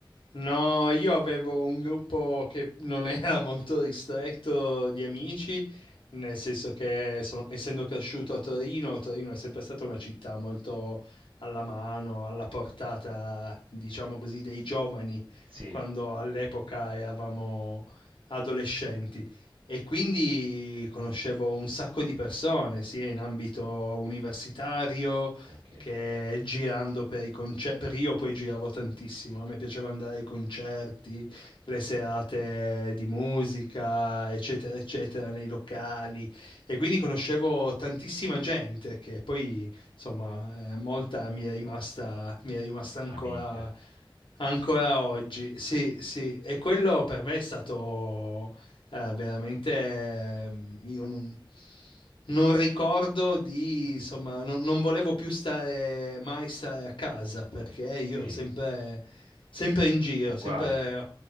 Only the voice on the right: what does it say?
Sì,
ok,
amica.
Sì,
ugu-
uguale,